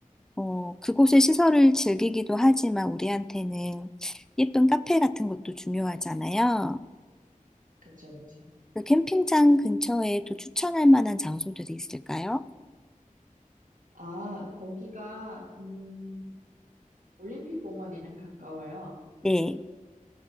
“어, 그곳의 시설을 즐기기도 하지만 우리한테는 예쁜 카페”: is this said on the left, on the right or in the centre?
Centre